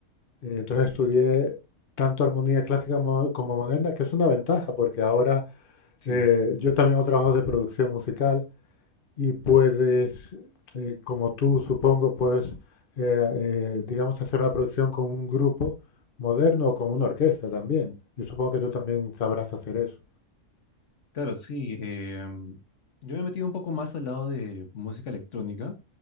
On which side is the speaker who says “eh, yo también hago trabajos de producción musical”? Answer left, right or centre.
Left